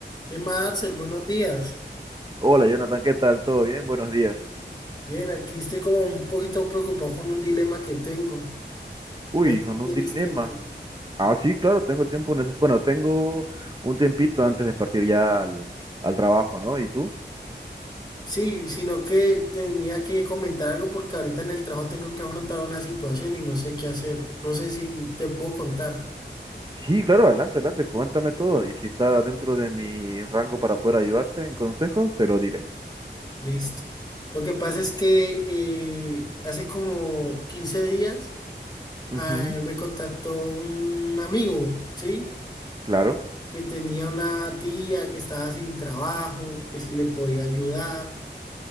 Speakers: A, on the left; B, on the right.
A: ¿Qué más, Axel? Buenos días.
B: Hola Jonathan, ¿qué tal? ¿Todo bien? Buenos días.
A: Bien, aquí estoy como un poquito preocupado con un dilema que tengo.
B: Uy,
A: No sé si
B: con
A: tienes
B: un dilema.
A: tiempo.
B: Ah, sí, claro, tengo el tiempo necesario. Bueno, tengo un tiempito antes de partir ya al, al trabajo, ¿no? ¿Y tú?
A: Sí, sino que tenía que comentar algo porque ahorita en el trabajo tengo que afrontar una situación y no sé qué hacer. No sé si te puedo contar.
B: Sí, claro, adelante, adelante, cuéntame todo. Y si está dentro de mi rango para poder ayudarte en consejo, te lo diré.
A: Listo. Lo que pasa es que eh, hace como 15 días
B: Ujú,
A: ah, me contactó un amigo, ¿sí?
B: claro.
A: Que tenía una tía que estaba sin trabajo, que si le podía ayudar.